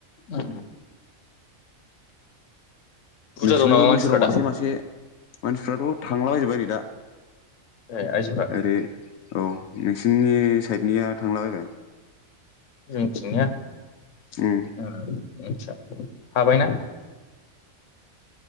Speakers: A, on the left; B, on the left.
A: उम बुरजा
B: नोंसिनाबो
A: दं नामा मानसिफ्रा
B: बोसोराव मासे
A: दा
B: मासे, मानसिफ्राथ' थांलाबायजोबबाय नै दा
A: ए आइजोफ्रा
B: ओरै औ हारसिंयै साइडनिया थांलाबायबाय,
A: जोंथिंनिया
B: उम
A: ओ मिन्थिया, हाबायना?